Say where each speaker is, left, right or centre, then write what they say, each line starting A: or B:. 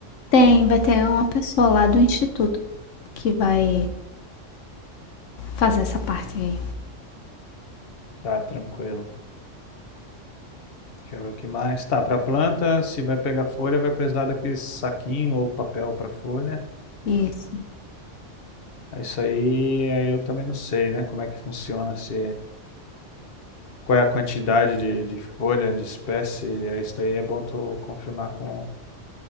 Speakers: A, on the left; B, on the left.
A: Tem, vai ter uma pessoa lá do instituto que vai fazer essa parte aí.
B: Tá, tranquilo. Deixa eu ver o que mais. Tá, pra planta, se vai pegar folha, vai precisar daquele saquinho ou papel pra folha.
A: Isso.
B: É Isso aí, aí eu também não sei, né? Como é que funciona, se qual é a quantidade de, de folha, de espécie. É Isso aí é bom tu confirmar com,